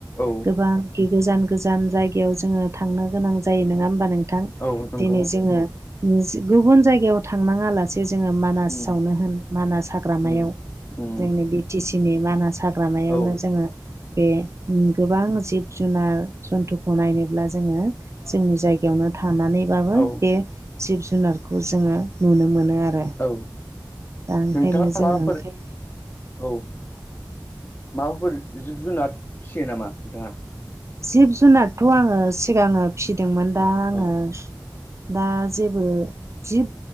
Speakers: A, on the left (about 25°); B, on the right (about 40°).
A: औ
B: गोबां बिदि गोजान गोजान जायगायाव जोङो थांनो गोनां जायो नोङा होमबा नों थां
A: औ नंगौ
B: दिनै जोङो गुबुन जायगायाव थांनाङा लासे जोङो मानासावनो
A: उम
B: होन मानास हाग्रामायाव
A: उम उम
B: जोंनि बि टि सि नि मानास हाग्रामायावनो
A: औ
B: जोङो बे गोबां जिब जुनार जन्थुखौ नायनोब्ला जोङो जोंनि जायगायावनो थानानैबाबो
A: औ
B: बे जिब जुनारखौ जोङो नुनो मोनो आरो।
A: औ
B: दा ओंखायनो
A: नोंथाङा
B: जोङो
A: माबाफोर
B: ओंखायनो
A: औ माबाफोर जिब जुनाद फिसियो नामा नोंथाङा?
B: जिब जुनारथ' आङो सिगाङो फिसिदोंमोन दा आङो
A: औ
B: दा जेबो जिब